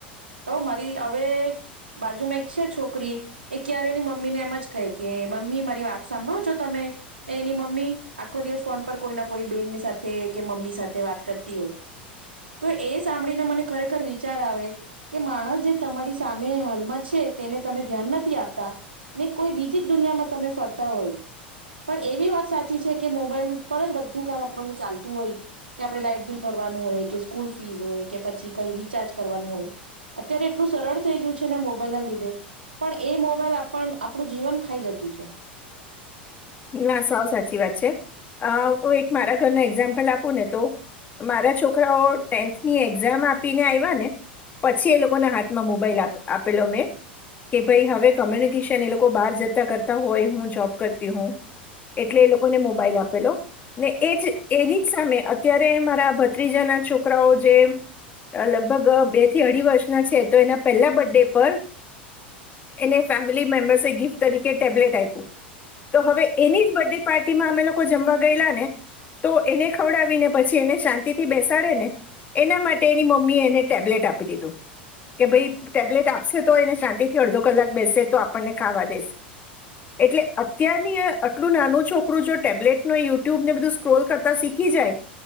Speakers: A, on the right; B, on the left.
A: તો મારી હવે બાજુમાં એક છે છોકરી એ ક્યારે એની મમ્મીને એમ જ કહે કે મમ્મી મારી વાત સાંભળો છો તમે એની મમ્મી આખો દિવસ ફોન પર કોઈ ના કોઈ બેનની સાથે કે મમ્મી સાથે વાત કરતી હોય. તો એ સાંભળીને મને ખરેખર વિચાર આવે કે માણસ જે તમારી સામે હાલમાં છે તેને તમે ધ્યાન નથી આપતા ને કોઈ બીજી જ દુનિયામાં તમે ફરતા હોય પણ એ બી વાત સાચી છે કે મોબાઈલ પર જ બધું કામ આપડું ચાલતું હોય કે આપડણે લાઈટ બિલ ભરવાનું હોય કે સ્કૂલ ફીસ હોય કે પછી કઈ રીચાર્જ કરવાનું હોય અત્યારે એટલું સરળ થઈ ગયું છેને મોબાઈલ ના લીધે પણ એ મોબાઈલ આપ આપણું જીવન ખાઈ જતું છે.
B: ના સાવ સાચી વાત છે અ હું એક મારા ઘરનો એક્ઝામ્પલ આપું ને તો મારા છોકરાઓ ટેન્થની એક્ઝામ આપીને આવ્યા ને પછી એ લોકોના હાથમાં મોબાઈલ આપેલો મેં કે ભાઈ હવે કોમ્યુનિકેશન એ લોકો બહાર જતા કરતા હોય હું જોબ કરતી હોવ એટલે એ લોકોને મોબાઈલ આપેલો ને એ જ એની જ સામે અત્યારે મારા ભત્રીજાના છોકરાઓ જે લગભગ બે થી અઢી વર્ષના છે તો એના પહેલા બર્થ ડે પર એને ફેમિલી મેમ્બર્સે ગિફ્ટ તરીકે ટેબ્લેટ આપ્યું તો હવે એની જ બર્થડે પાર્ટીમાં અમે લોકો જમવા ગયેલા ને તો એને ખવડાવી ને પછી એને શાંતિ થી બેસાડે ને એના માટે એની મમ્મી એને ટેબ્લેટ આપી દીધું કે ભાઈ ટેબ્લેટ આપશે તો એને શાંતિ થી અડધો કલાક બેસે તો આપણને ખાવા દેશે એટલે અત્યારની અટલું નાનું છોકરું જો ટેબ્લેટ ન યુટ્યુબને બધું સ્ક્રોલ કરતા શીખી જાય